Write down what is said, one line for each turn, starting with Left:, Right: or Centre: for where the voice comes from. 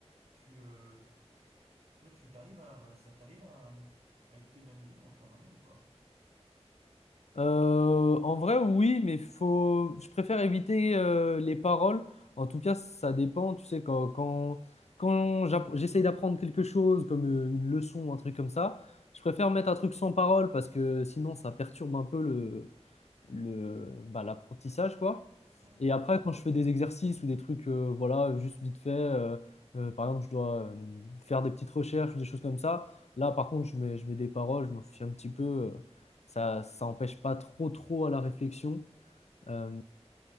Right: Tu, euh, toi, tu t'arrives à, voilà, ça, t'arrives à, hum, à écouter de la musique en travaillant ou pas?
Left: Euh, en vrai, oui, mais faut... je préfère éviter euh, les paroles. En tout cas, ça dépend. Tu sais, quand, quand, quand j'app- j'essaye d'apprendre quelque chose, comme euh, une leçon, un truc comme ça, je préfère mettre un truc sans parole parce que sinon, ça perturbe un peu le, le, bah, l'apprentissage, quoi.
Right: Ouais.
Left: Et après, quand je fais des exercices ou des trucs, euh, voilà, juste vite fait, euh, euh, par exemple, je dois euh, faire des petites recherches ou des choses comme ça. Là, par contre, je mets, je mets des paroles, je m'en fiche un petit peu. euh, ça, ça empêche pas trop, trop à la réflexion. Euh,